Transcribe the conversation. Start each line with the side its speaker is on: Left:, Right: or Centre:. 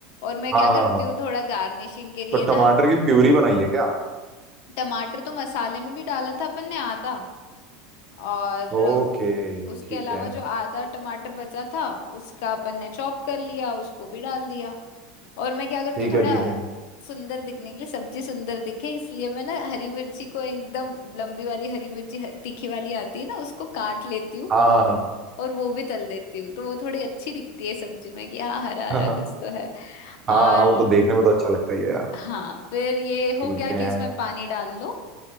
Left: और मैं
Right: हाँ
Left: क्या करती
Right: हाँ हाँ
Left: हूँ थोड़ा गार्निशिंग के लिए
Right: तो
Left: ना
Right: टमाटर की प्यूरी बनाई है क्या
Left: टमाटर तो मसाले में भी डाला था अपन ने आधा और
Right: ओके
Left: उसके
Right: ठीक
Left: अलावा
Right: है
Left: जो आधा टमाटर बचा था उसका अपन ने चॉप कर लिया उसको भी डाल दिया और मैं क्या करती
Right: ठीक
Left: हूँ
Right: है
Left: थोड़ा
Right: ठीक है
Left: सुंदर दिखने के लिए सब्जी सुंदर दिखे इसलिए मैं ना हरी मिर्ची को एकदम लंबी वाली हरी मिर्ची ह- तीखी वाली आती है ना उसको काट लेती हूँ
Right: हाँ हाँ हाँ
Left: और वो भी तल देती हूँ तो वो थोड़ी अच्छी दिखती है सब्जी में कि हाँ हरा हरा
Right: हाँ हाँ हाँ
Left: कुछ तो है
Right: हाँ,
Left: और
Right: हाँ, वो तो देखने में तो अच्छा लगता ही है यार
Left: हाँ फिर ये हो
Right: ठीक
Left: गया कि
Right: है
Left: इसमें पानी डाल लो